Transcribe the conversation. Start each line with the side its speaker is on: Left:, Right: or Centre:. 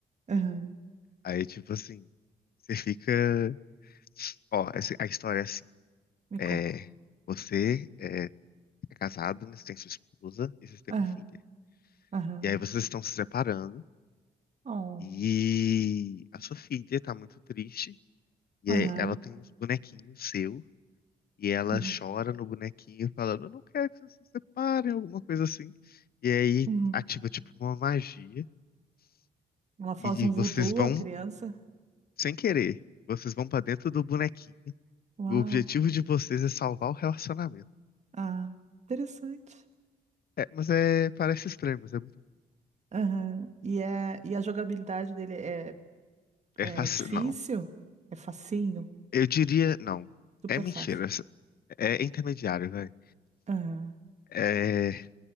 Right: aham.
Left: Aí, tipo assim, você fica. Ó, essa- a história é assim.
Right: Me
Left: É...
Right: conta.
Left: Você é é casado, né? Você tem sua esposa e você tem
Right: Aham,
Left: uma filha.
Right: aham.
Left: E aí vocês estão se separando
Right: Oh,
Left: e a sua filha tá muito triste. E
Right: aham.
Left: aí ela tem uns bonequinhos seu e ela
Right: Uhum,
Left: chora no bonequinho falando, eu não quero que vocês se separem, alguma coisa assim. E aí
Right: uhum.
Left: ativa tipo uma magia.
Right: Ela faz
Left: E
Right: um voodoo,
Left: vocês vão,
Right: a criança.
Left: sem querer, vocês vão pra dentro do bonequinho. E
Right: Uau.
Left: o objetivo de vocês é salvar o relacionamento.
Right: Ah, interessante.
Left: É, mas é, parece estranho, mas é muito.
Right: Aham. E, é, e a jogabilidade dele é,
Left: É
Right: é
Left: fácil,
Right: difícil?
Left: não.
Right: É facinho?
Left: Eu diria, não.
Right: Super
Left: É mentira.
Right: fácil.
Left: É intermediário, velho.
Right: Aham,
Left: É,